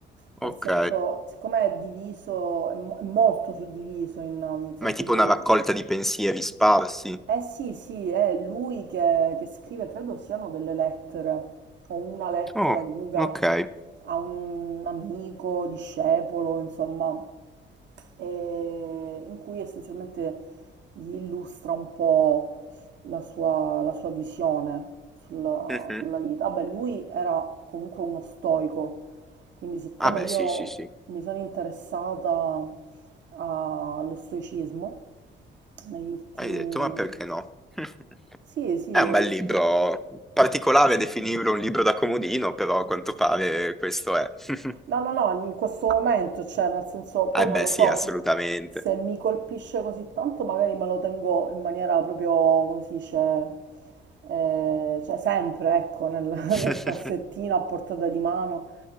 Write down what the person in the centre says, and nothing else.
Ok.
Ma è tipo
una raccolta di pensieri sparsi.
Oh,
ok.
Mhm.
Ah beh,
sì, sì, sì.
Hai detto, ma perché no? <laughs>
È un
bel
libro, particolare definirlo un libro da comodino, però a quanto pare questo è. <laughs>
Eh
beh,
sì,
assolutamente.
<laughs>